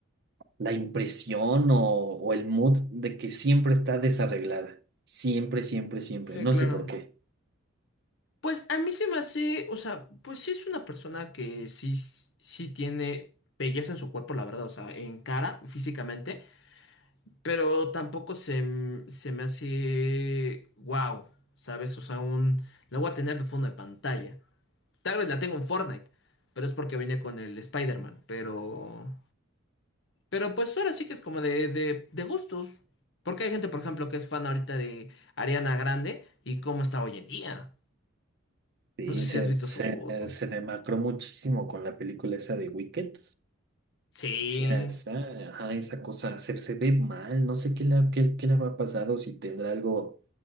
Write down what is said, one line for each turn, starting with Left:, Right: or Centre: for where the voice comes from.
Right: la impresión o, o el mood de que siempre está desarreglada. Siempre, siempre, siempre.
Left: Sí,
Right: No
Left: claro.
Right: sé por qué.
Left: Pues a mí se me hace, o sea, pues sí es una persona que sí, sí tiene belleza en su cuerpo, la verdad, o sea, en cara, físicamente, pero tampoco se, m- se me hace wow, ¿sabes? O sea, un, la voy a tener de fondo de pantalla. Tal vez la tengo en Fortnite, pero es porque venía con el Spider-Man, pero... Pero pues ahora sí que es como de, de, de gustos, porque hay gente, por ejemplo, que es fan ahorita de Ariana Grande y cómo está hoy en día.
Right: Sí,
Left: No sé si
Right: se,
Left: has visto
Right: se,
Left: sus fotos.
Right: se demacró muchísimo con la película esa de Wicked.
Left: Sí,
Right: Sí, a esa, ajá, esa cosa se, se ve mal, no sé qué le, qué, qué le habrá pasado, si tendrá algo